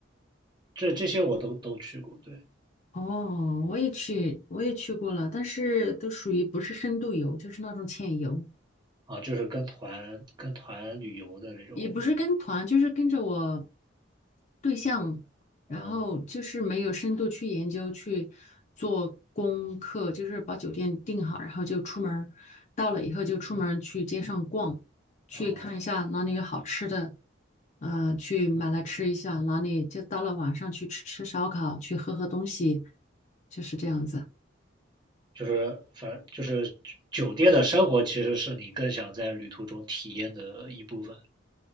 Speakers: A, on the right; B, on the left.
A: 这这些我都都去过。对，
B: 哦，我也去，我也去过了，但是都属于不是深度游，就是那种浅游。
A: 啊，就是跟团跟团旅游的那种，
B: 也不是跟团，就是跟着我对象，然后就是没有深度去研究去做功课，
A: 哦
B: 就是把酒店订好，然后就出门儿到了以后就出门儿去街上逛，去看一下哪里有好吃的，
A: 哦。
B: 呃，去买来吃一下，哪里就到了晚上去吃吃烧烤，去喝喝东西，就是这样子。
A: 就是反就是酒店的生活其实是你更想在旅途中体验的一部分